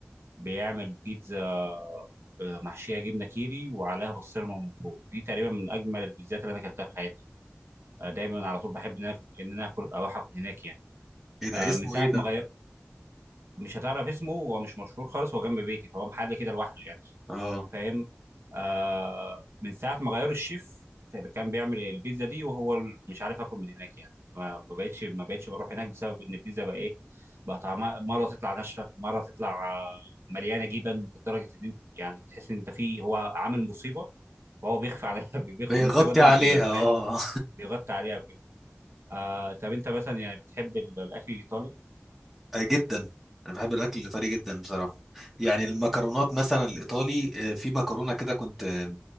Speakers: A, on the right; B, in the centre.
A: بيعمل بيتزا آه، محشيه جبنه كيري وعليها بسطرمه من فوق دي تقريبا من اجمل البيتزات اللي انا اكلتها في حياتي آه، دايما على طول بحب ان انا ان انا اكل اروح اكل هناك يعني
B: ايه ده
A: آه،
B: اسمه
A: من ساعه
B: ايه ده
A: ما غير مش هتعرف اسمه هو مش مشهور خالص هو جنب بيتي فهو محل كده لوحده يعني
B: اه
A: فاهم آه من ساعه ما غيروا الشيف بتاع اللي كان بيعمل البيتزا دي وهو ال- مش عارف اكل من هناك يعني ما ما بقتش ما بقتش بروح هناك بسبب ان البيتزا بقى ايه بقى طعمها مره تطلع ناشفه مره تطلع آه، مليانه جبن لدرجه ان انت يعني تحس ان انت فيه هو عامل مصيبه وهو بيخفي على <laughs> بيخفي
B: بيغطي
A: المصيبه دي
B: عليها
A: بالجبن
B: اه
A: فاهم بيغطي عليها وكده آه طب انت مثلا يعني بتحب ال- الاكل الايطالي
B: <laughs> آه، جدا انا بحب الاكل الايطالي جدا بصراحه يعني المكرونات مثلا الايطالي آه، في مكرونه كده كنت آه،